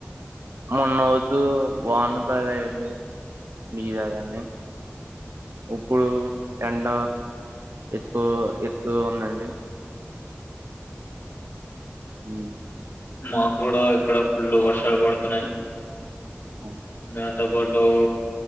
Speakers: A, on the right; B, on the left.
A: మొన్నవుతూ వానా పడేది మీదగాని ఇప్పుడు ఎండ ఎక్కువ ఎక్కువ ఉందండి ఉ
B: మాకు కూడా ఇక్కడ ఫుల్లు వర్షాలు పడుతున్నాయి
A: ఉమ్,
B: దాన్ని ట బడ్డవో